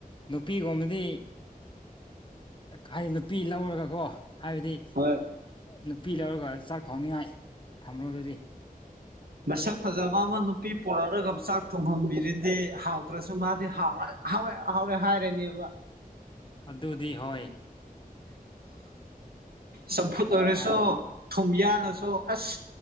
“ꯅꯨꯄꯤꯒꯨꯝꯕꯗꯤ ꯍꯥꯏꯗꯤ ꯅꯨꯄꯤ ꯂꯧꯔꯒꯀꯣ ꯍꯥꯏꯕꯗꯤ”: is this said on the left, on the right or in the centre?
Left